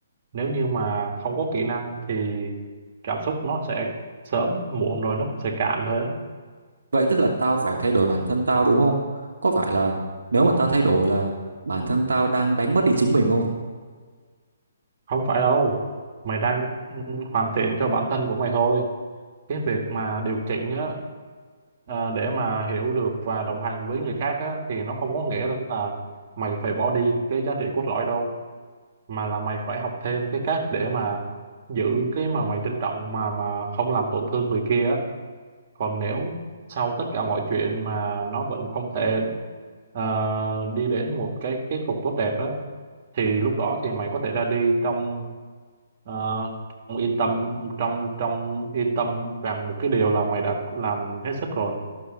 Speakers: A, on the right; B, on the right.
A: nếu như mà không có kỹ năng thì cảm xúc nó sẽ sớm muộn rồi nó cũng sẽ cạn thôi á.
B: vậy tức là tao phải thay đổi bản thân tao đúng không có phải là nếu mà tao thay đổi là bản thân tao đang đánh mất đi chính mình không
A: không phải đâu mày đang ừ, hoàn thiện cho bản thân của mày thôi cái việc mà điều chỉnh á à, để mà hiểu được và đồng hành với người khác á thì nó không có nghĩa là mày phải bỏ đi cái giá trị cốt lõi đâu mà là mày phải học thêm cái cách để mà giữ cái mà mày trân trọng mà mà không làm tổn thương người kia á còn nếu sau tất cả mọi chuyện mà nó vẫn không thể ờ, đi đến một cái kết cục tốt đẹp á thì lúc đó thì mày có thể ra đi trong ờ, trong yên tâm trong trong yên tâm rằng một cái điều là mày đã làm hết sức rồi